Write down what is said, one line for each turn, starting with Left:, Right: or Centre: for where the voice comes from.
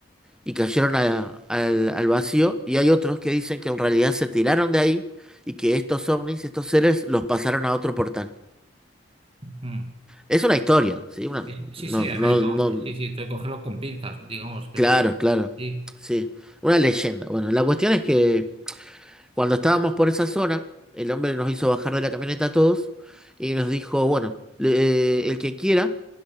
Centre: y cayeron a- al, al vacío, y hay otros que dicen que en realidad se tiraron de ahí y que estos ovnis, estos seres, los pasaron a otro portal.
Right: mm.
Centre: Es una historia, ¿sí? Una,
Right: Sí, sí,
Centre: no,
Right: sí,
Centre: no,
Right: a ver, vamos,
Centre: no,
Right: que sí, sí, tengo que cogerlo con pinzas, digamos, pero
Centre: claro, claro,
Right: sí.
Centre: sí, una leyenda. Bueno, la cuestión es que Cuando estábamos por esa zona, el hombre nos hizo bajar de la camioneta a todos y nos dijo, bueno, le- eh, el que quiera